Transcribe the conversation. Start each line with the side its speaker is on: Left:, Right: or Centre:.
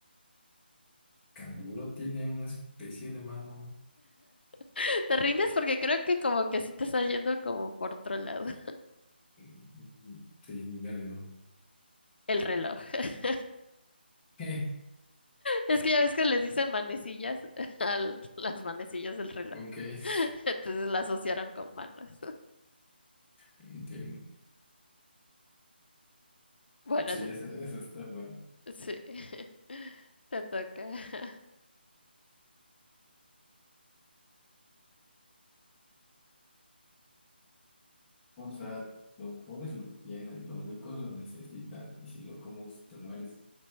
Centre: canguro tiene una especie de mano.
Left: <laughs> Te rindes porque creo que como que sí te está yendo como por otro lado, <laughs>
Centre: Mm, Sí, me rindo.
Left: el reloj. <laughs>
Centre: <laughs>
Left: Es que ya ves que les dicen manecillas <laughs> a las manecillas del reloj,
Centre: Ok, <laughs>
Left: <laughs> entonces la asociaron con manos. <laughs>
Centre: entiendo.
Left: Bueno,
Centre: Sí,
Left: te-
Centre: eso, eso está bueno.
Left: Sí, <laughs> te toca. <laughs>
Centre: O sea, los pobres lo tienen, los ricos lo necesitan, y si lo comes te mueres.